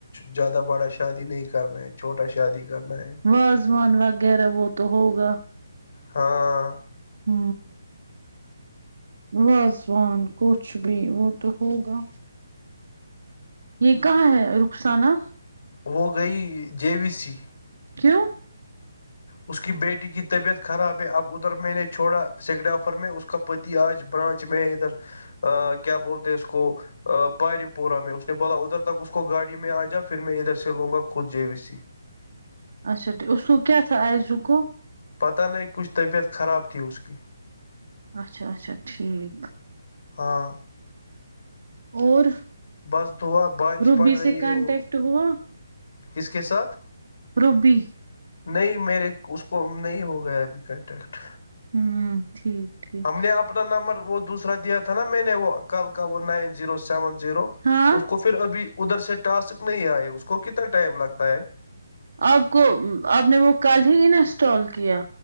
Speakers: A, on the left; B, on the right.
A: زیادہ بڑا شادی نہیں کرنا ہے چھوٹا شادی کرنا ہے
B: واازوان وغیرہ وہ تو ہوگا
A: ہاں
B: ہ واازوان کچھ بھی وہ تو ہوگا یہ کہاں ہے رخسانہ
A: وہ گئی جے وی سی
B: کیوں
A: اس کی بیٹی کی طبیعت خراب ہے اب ادھر میں نے چھوڑا سگ ڈ آفر میں اس کا پتی آج برانچ میں ادھر کیا بولتے اس کو پارم پورہ میں اس نے بولا ادھر تک اس کو گاڑی میں آ جا پھر میں ادھر سے لوں گا خود جے وی سی
B: اچا ٹھیک اسصو کیا تھا آئے زکو
A: پتہ نہیں کچھ طبیعت خراب تھی اس کی
B: اچھا اچھا ٹھیک
A: ہاں
B: اور
A: بس دعا بارش
B: روبی
A: پڑ رہی
B: سے کانٹیکٹ
A: ہے وہ
B: ہوا
A: کس کے ساتھ
B: روبی
A: نہیں میرے اس کو نہیں ہو گیا ابھی کانٹیکٹ
B: ہوں ٹھیک ٹھیک
A: ہم نے اپنا نمبر وہ دوسرا دیا تھا نا میں نے وہ کل کا وہ نائن زیرو سیون زیرو
B: ہاں
A: اس کو پھر ابھی ادھر سے ٹاسک نہیں آئے اس کو کتنا ٹائم لگتا ہے
B: آپ کو آپ نے وہ کل ہی انسٹال کیا